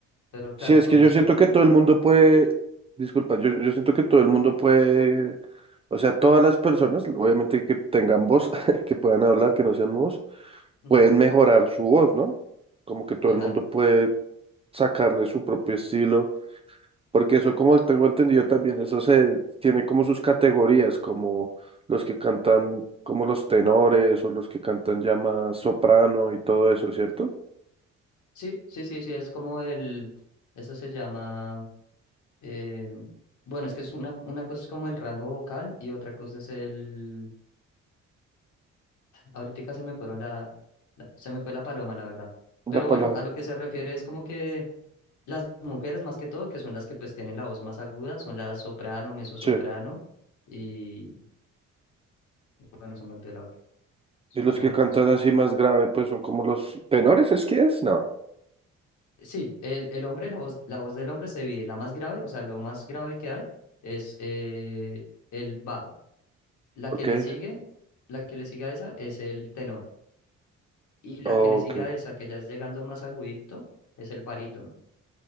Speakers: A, on the left; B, on the right.
A: Pero claro,
B: Sí, es
A: todo
B: que yo
A: es
B: siento
A: un...
B: que todo el mundo puede, disculpa, yo, yo siento que todo el mundo puede, o sea, todas las personas, obviamente que tengan voz, <laughs> que puedan hablar, que no sean mudos,
A: ujú,
B: pueden mejorar su voz, ¿no? Como que todo
A: total.
B: el mundo puede sacarle su propio estilo, porque eso, como tengo entendido también, eso se tiene como sus categorías, como los que cantan, como los tenores o los que cantan ya más soprano y todo eso, ¿cierto?
A: Sí, sí, sí, sí, es como el... Eso se llama... Eh, bueno, es que es una, una cosa es como el rango vocal y otra cosa es el... Ahorita se me fueron la, la- Se me fue la paloma, la verdad.
B: La
A: Pero
B: palabra.
A: bueno, a lo que se refiere es como que las mujeres más que todo, que son las que pues tienen la voz más aguda, son la soprano, mezzosoprano
B: Sí.
A: y... Bueno, se me olvidó la otra. Soprano,
B: Y los que cantan
A: mesos.
B: así más grave, pues son como los tenores, ¿es que es? No.
A: Sí, el, el hombre, la voz, la voz del hombre se divide. La más grave, o sea, lo más grave que hay es eh, el bajo. La
B: Ok,
A: que le sigue, la que le sigue a esa es el tenor. Y la
B: ok,
A: que le sigue a esa, que ya es llegando más agudito, es el barítono.